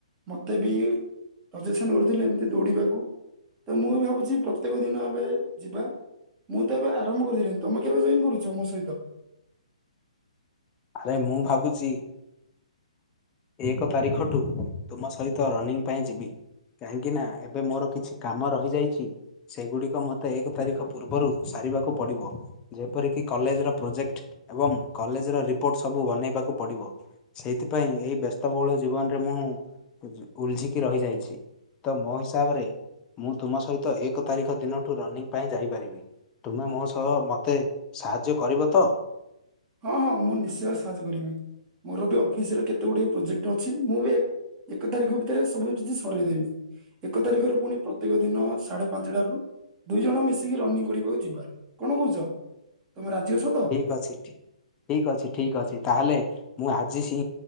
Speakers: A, on the right; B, on the left.
A: ମତେ ବି ସଜେସନ ଦଉଥିଲେ ଏମିତି ଦୌଡିବାକୁ। ତ ମୁଁ ବି ଭାବୁଛି ପ୍ରତ୍ୟେକ ଦିନ ଏବେ ଯିବା ମୁଁ ତ ଏବେ ଆରମ୍ଭ କରିଦେଇଥିଲି ତମେ କେବେ ଜଇନ କରୁଛ ମୋ ସହିତ
B: ଆରେ ମୁଁ ଭାବୁଛି ଏକ ତାରିଖଠୁ ତୁମ ସହିତ ରନିଂ ପାଇଁ ଯିବି। କାହିଁକିନା ଏବେ ମୋର କିଛି କାମ ରହିଯାଇଛି ସେଗୁଡିକ ମତେ ଏକ ତାରିଖ ପୂର୍ବରୁ ସାର ଯେପ କଲେଜ ର ପ୍ରୋଜେକ୍ଟ ଏବଂ କଲେ ରିପୋର୍ଟ ସବୁ ବନେଇବାକୁ ପଡିବ ସେଇଥିପାଇଁ ଏଇ ବ୍ୟସ୍ତବହୁଳ ଜୀବନରେ ମୁଁ ଉଲଝିକି ରହିଯାଇଛି ତ ମୋ ହିସାବରେ ମୁଁ ତୁମ ସହିତ ଏକ ତାରିଖ ଦିନଠୁ ରନିଂ ପାଇଁ ଯାଇପାରିବି। ତୁମେ ମୋ ସହ ମତେ ସାହାଯ୍ୟ କରିବ ତ?
A: ହଁ ହଁ ମୁଁ ନିଶ୍ଚୟ ସାହାଯ୍ୟ କରିବି ମୋର ବି ଅଫିସରେ କେତେ ଗୁଡିଏ ପ୍ରୋଜେକ୍ଟ ଅଛି ମୁଁ ବି ଏକ ତାରିଖ ଭିତରେ ସବୁ କିଛି ସରାଇଦେବି ଏକ ତାରିଖରେ ପୁଣି ପ୍ରତ୍ୟେକ ଦିନ ସାଢେ ପାଞ୍ଚଟାରୁ ଦୁଇ ଜଣ ମିଶିକି ରନିଂ କରିବାକୁ ଯିବା କଣ କହୁଛ? ତମେ ରାଜି ଅଛ ତ
B: ଠିକ ଅଛି ଠିକ ଅଛି ଠିକ ଅଛି ତାହେଲେ ମୁଁ ଆଜି ସି